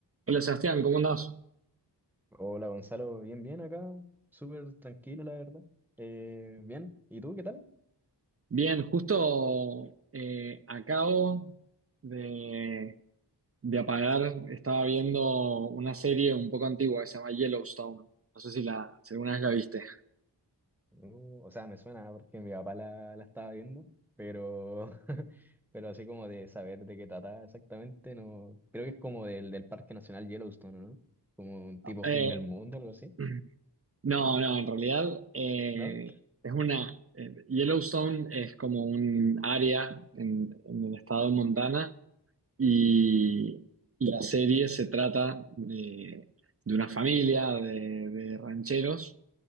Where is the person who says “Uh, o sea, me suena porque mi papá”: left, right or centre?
Centre